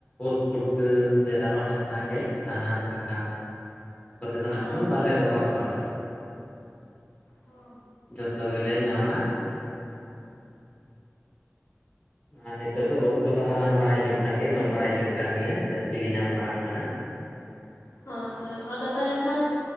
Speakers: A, on the left; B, on the left.
A: ᱳᱫᱽ ᱯᱩᱴᱠᱟᱹ ᱥᱮ ᱟᱨᱚ ᱟᱭᱢᱟ ᱜᱮ ᱥᱟᱦᱟᱱ ᱥᱟᱠᱟᱢ ᱠᱚᱛᱮ ᱫᱚ ᱱᱟᱜ
B: ᱦᱚᱸ
A: ᱠᱷᱟᱱ ᱵᱟᱞᱮ ᱚᱵᱷᱟᱵᱽ ᱵᱟᱲᱟᱜ-ᱟ᱾
B: ᱦᱚ᱾
A: ᱡᱚᱛᱚ ᱜᱮᱞᱮ ᱧᱟᱢᱟ᱾ ᱟᱨ ᱱᱤᱛᱤᱜ ᱫᱚ ᱩᱫ ᱠᱚᱫᱚ ᱦᱟᱞᱟᱝ ᱵᱟᱲᱟᱭ ᱦᱩᱭᱩᱜ ᱠᱟᱱ ᱜᱮᱭᱟ, ᱡᱚᱢ ᱵᱟᱲᱟᱭ ᱦᱩᱭᱩᱜ ᱠᱟᱱ ᱜᱮᱭᱟ ᱡᱟᱹᱥᱛᱤ ᱜᱮ ᱧᱟᱢ ᱵᱟᱲᱟᱜ ᱠᱟᱱᱟ᱾
B: ᱦᱳᱭ ᱦᱳᱭ ᱟᱫᱚ ᱛᱟᱦᱞᱮ ᱠᱷᱟᱱ